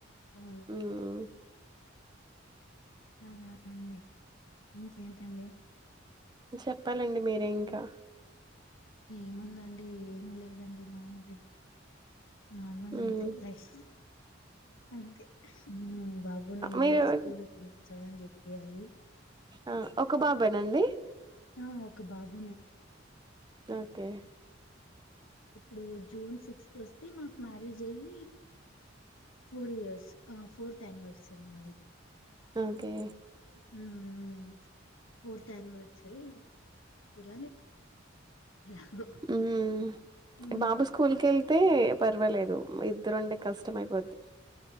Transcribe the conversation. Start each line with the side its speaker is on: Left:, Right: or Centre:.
Left: అవును.
Right: హ్మ్
Left: అలా అండి ఇంకేంటండి
Right: మ్మ్ చెప్పాలండి మీరే ఇంకా
Left: ఏముందండి ఏం లేదండి మామూలే నార్మల్
Right: ఉమ్
Left: అంతే లైఫ్ అంతే మ్మ్ బాబుని ఈ
Right: మీరు
Left: ఇయర్ స్కూల్ ఏపిచ్చ అన్ చెప్ ఎయ్యాలి
Right: ఆ ఒక బాబేనండి
Left: ఆ ఒక బాబునే
Right: ఓకే
Left: ఇప్పుడు జూన్ సిక్స్త్ వస్తే మాకు మ్యారేజ్ అయి ఫోర్ ఇయర్స్ ఆ ఫోర్త్ యానివర్సరీ మాది
Right: ఓకే
Left: హుమ్ పుడ్తనే వచ్చాయ్ చూడాలి ఎలాగో
Right: హుమ్
Left: ఉ
Right: బాబు స్కూల్ కి కెల్తే పర్వాలేదు మా ఇద్దరుండే కష్టమయిపోద్ది